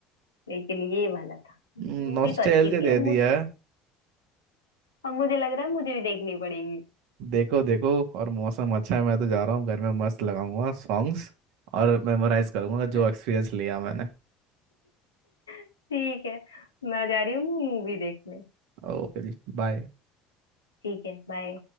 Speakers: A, on the left; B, on the right.
A: लेकिन ये वाला था
B: <laughs>
A: मूवी
B: नॉस्टैल्जिया
A: तो अच्छी थी
B: दे
A: अब मुझ
B: दिया है
A: अब मुझे लग रहा है मुझे भी देखनी पड़ेगी
B: देखो देखो और मौसम अच्छा है मैं तो जा रहा हूँ घर में मस्त लगाऊंगा सॉन्ग्स और मेमोराइज करूंगा
A: <laughs>
B: जो एक्सपीरियंस लिया मैंने
A: ठीक है मैं जा रही हूँ मूवी देखने
B: ओके जी बाय
A: ठीक है बाय